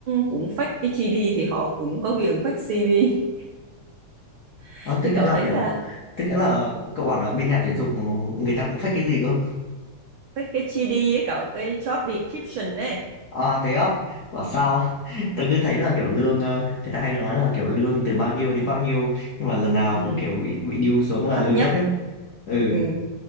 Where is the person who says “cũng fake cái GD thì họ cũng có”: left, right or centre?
Right